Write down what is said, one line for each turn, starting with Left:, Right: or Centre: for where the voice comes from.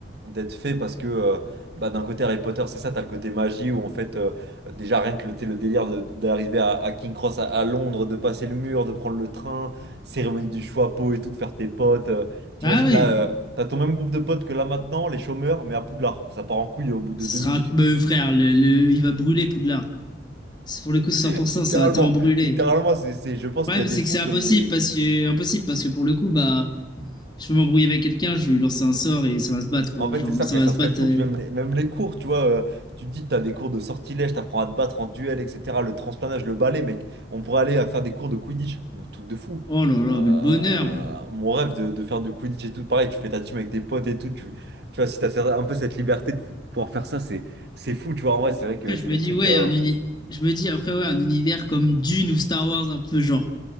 Right: d'être fait parce que euh, bah, d'un côté Harry Potter, c'est ça, t'as le côté magie où en fait euh, déjà rien que le, t'sais, le délire de- d'arriver à, à King Cross à, à Londres, de passer le mur, de prendre le train, cérémonie du choix à pot et tout, de faire tes potes. euh, t'imagines
Left: Ah ouais,
Right: là, euh, t'as ton même groupe de potes que là maintenant, les chômeurs, mais à Poudlard, ça part en couille au bout de
Left: ça
Right: deux
Left: sera
Right: minutes.
Left: un bah, euh, frère, le, le- il va brûler Poudlard. C'est- Pour le coup, 100%,
Right: <laughs> Littéralement,
Left: ça va tellement brûler.
Right: littéralement, c'est, c'est, je pense
Left: Le
Right: qu'il
Left: problème,
Right: y a des
Left: c'est
Right: fous
Left: que c'est impossible
Right: comme des,
Left: parce que, impossible parce que pour le coup, bah, je vais m'embrouiller avec quelqu'un, je vais lui lancer un sort et ça va se battre, quoi.
Right: En fait,
Left: Genre,
Right: c'est ça,
Left: mais ça
Right: mais
Left: va
Right: ça
Left: se
Right: serait
Left: battre.
Right: fou.
Left: euh.
Right: Puis même les, même les cours, tu vois, euh, tu te dis, t'as des cours de sortilège, t'apprends à te battre en duel, etc. Le transplanage, le balai, mec. On pourrait aller à faire des cours de Quidditch, un truc de fou.
Left: Oh là là,
Right: Euh,
Left: mais le bonheur! hein.
Right: mon rêve de, de faire du Quidditch et tout, pareil, tu fais ta team avec tes potes et tout. Tu, tu vois, si t'as un peu cette liberté de pouvoir faire ça, c'est, c'est fou, tu vois. En vrai, c'est vrai que
Left: Après,
Right: c'est
Left: je me
Right: des
Left: dis,
Right: trucs.
Left: ouais,
Right: euh,
Left: un uni- je me dis après, ouais, un univers comme Dune ou Star Wars, un peu genre,